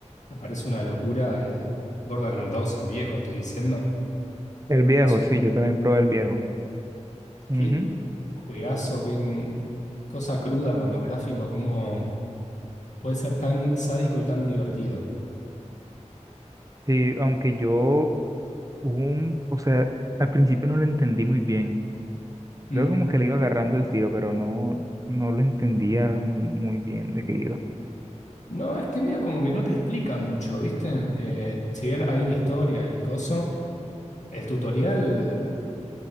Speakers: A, on the left (about 75°); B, on the right (about 30°).
A: Me parece una locura. eh, Borderlands 2, el viejo, estoy diciendo.
B: El viejo,
A: Es un,
B: sí, yo también probé el viejo. Ujú.
A: qué juegazo, qué mm, cosa cruda con los gráficos, cómo puede ser tan sádico y tan divertido.
B: Sí, aunque yo, hubo un, o sea, al principio no lo entendí muy bien.
A: Mm.
B: Luego como que le iba agarrando el tiro, pero no, no lo entendía mu- muy bien de qué iba.
A: No, es que medio como que no te explica mucho, ¿viste? Eh, si bien hay una historia y coso, el tutorial